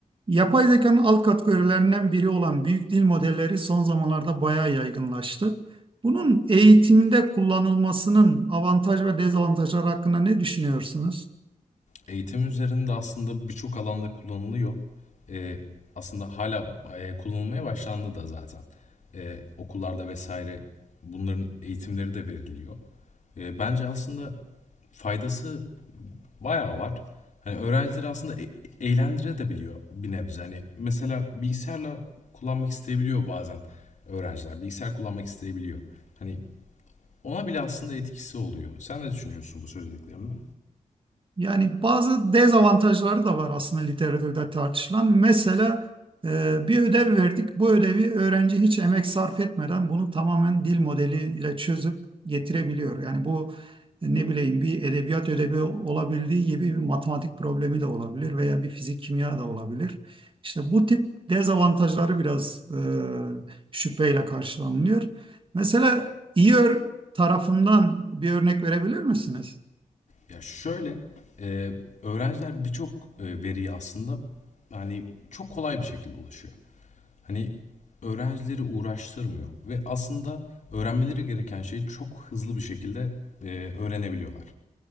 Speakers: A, on the right (about 40°); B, on the left (about 60°).
A: Yapay zekanın alt kategorilerinden biri olan büyük dil modelleri son zamanlarda bayağı yaygınlaştı. Bunun eğitimde kullanılmasının avantaj ve dezavantajları hakkında ne düşünüyorsunuz?
B: Eğitim üzerinde aslında birçok alanda kullanılıyor. Ee, aslında hala e, kullanılmaya başlandı da zaten. Ee, okullarda vesaire bunların eğitimleri de veriliyor. Ee, bence aslında faydası bayağı var. Hani öğrencileri aslında e- eğlendire biliyor bir nebze. Hani mesela bilgisayarla kullanmak isteyebiliyor bazen öğrenciler. Bilgisayar kullanmak isteyebiliyor. Hani ona bile aslında etkisi oluyor. Sen ne düşünüyorsun bu söylediklerimde?
A: Yani bazı dezavantajları da var aslında literatürde tartışılan. Mesela e, bir ödev verdik. Bu ödevi öğrenci hiç emek sarf etmeden bunu tamamen dil modeliyle çözüp getirebiliyor. Yani bu e, ne bileyim bir edebiyat ödevi olabildiği gibi bir matematik problemi de olabilir veya bir fizik kimya da olabilir. İşte bu tip dezavantajları biraz e, şüpheyle karşılanılıyor. Mesela iyi ör- tarafından bir örnek verebilir misiniz?
B: Ya şöyle, e, öğrenciler birçok e, veriye aslında yani çok kolay bir şekilde ulaşıyor. Hani öğrencileri uğraştırmıyor ve aslında öğrenmeleri gereken şeyi çok hızlı bir şekilde e, öğrenebiliyorlar.